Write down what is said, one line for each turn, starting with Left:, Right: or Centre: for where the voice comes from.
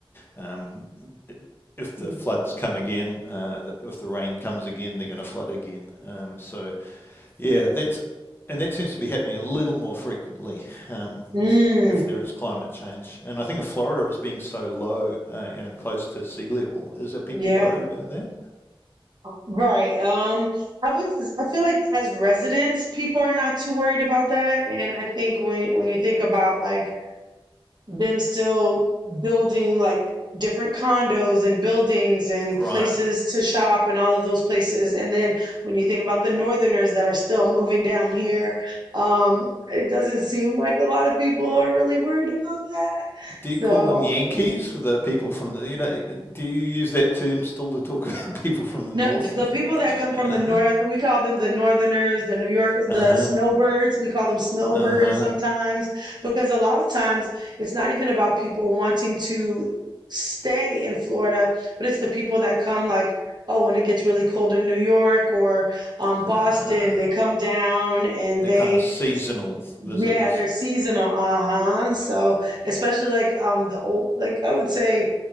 Left: um, it, if the
Right: Mm.
Left: floods come again, uh, the, if the rain comes again, they're going to flood again. Um, so yeah, that's and that seems to be happening a little more frequently um,
Right: mm,
Left: with if there is climate change. And I think of Florida as being so low, uh, you know, close to sea level. Is there people
Right: Yeah.
Left: worried about that?
Right: Right. Um, I would, I feel like as residents, people are not too worried about that. And I think when when you think about like them still building like different condos and buildings and
Left: Right.
Right: places to shop and all of those places, and then when you think about the northerners that are still moving down here, um, it doesn't seem like a lot of people are really worried about that.
Left: Do you
Right: So.
Left: call them Yankees for the people from the, you know, do you use that term still to talk about <laughs> people from the
Right: No,
Left: north
Right: the
Left: of,
Right: people that come from
Left: uh,
Right: the north, we call them the northerners, the New Yorkers,
Left: <laughs>
Right: the
Left: uh-huh,
Right: snowbirds. We call them snowbirds
Left: uh-huh,
Right: sometimes because a lot of times it's not even about people wanting to stay in Florida, but it's the people that come like, oh, when it gets really cold in New York or um,
Left: uh,
Right: Boston, they come down and
Left: they're
Right: they,
Left: kind of seasonal visitors.
Right: yeah, they're seasonal. Uh-huh. So especially like um the old, like I would say